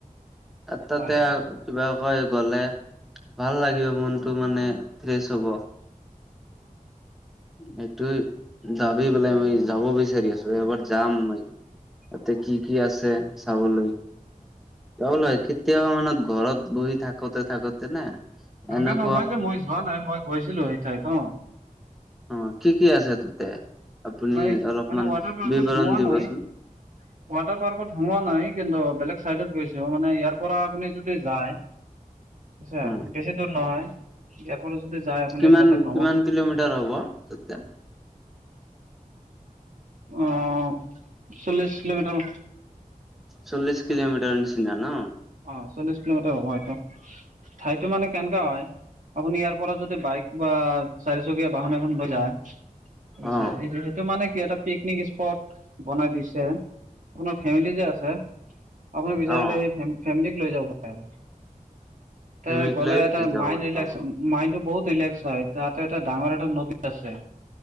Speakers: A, in the centre; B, on the right.
A: তাতে
B: হয় হয়
A: কিবা কৈ গলে ভাল লাগিব মন টো মানে ফ্ৰেচ হ'ব
B: <inaudible>
A: সেইটোৱে যাবি বেলাই মই যাব বিচাৰি আছো এবাৰ যাম মই। তাতে কি কি আছে চাবলৈ যাব লাগে কেতিয়াবা মানে ঘৰত বহি থাকোতে থাকোতে না
B: এনেকা
A: এনেক
B: নহয় যে মই যোৱা নাই মই গৈছিলো সেই ঠাইত হঅ
A: অ কি কি আছে তাতে আপুনি
B: হয়
A: অলপমান
B: মানে ৱাটাৰ পাৰ্কত
A: বিৱৰণ
B: সোমোৱা
A: দিবচোন
B: নাই <unintelligible> ৱাটাৰ পাৰ্কত সোমোৱা নাই কিন্তু বেলেগ চাইডত গৈছো মানে ইয়াৰ পৰা আপুনি যদি যায় চে
A: অ
B: বেছি দূৰ নহয়। ইয়াৰ পৰা যদি যায় আপুনি
A: কিমান
B: তাতে ভ্ৰমণ
A: কিমান কিলোমিটাৰ হব তেতিয়া
B: অ', চল্লিছ কিলোমিটাৰ
A: চল্লিশ কিলোমিটাৰ নিচিনা ন
B: অ চল্লিশ কিলোমিটাৰ হ'ব এইটো ঠাইতো মানে কেনকা হয়। আপুনি ইয়াৰ পৰা যদি বাইক বা চাৰিচকীয়া বাহন এখন লৈ যায় এই
A: অ
B: চাৰি এই হে এইটো মানে কি এটা পিকনিক স্পট বনাই দিছে আপোনাৰ ফেমিলি যে আছে। আপুনি বিচাৰিলে
A: অ
B: সেই ফে ফেমিলী লৈ যাব পাৰে আৰু।
A: ফেমিলিক
B: তই গ'লে
A: লৈ
B: এটা
A: যাব
B: মাইণ্ড
A: পাৰিব
B: ৰিলেকচন
A: অ
B: মাইণ্ড টো বহুত ৰিলেক্স হয় তাতে এটা ডাঙৰ এটা নদী আছে